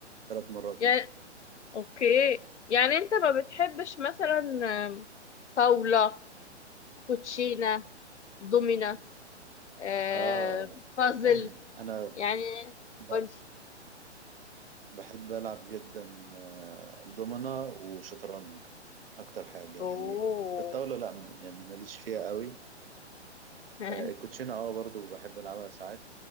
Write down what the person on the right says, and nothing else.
ثلاث مرات
مثلا
آه
<clears throat> أنا
ب-
بحب ألعب جدا آه، دومنة وشطرنج اكتر حاجه يعني
الطاوله لا م- يعني ماليش فيها قوي
آه، الكوتشينه اه برضو بحب العبها ساعات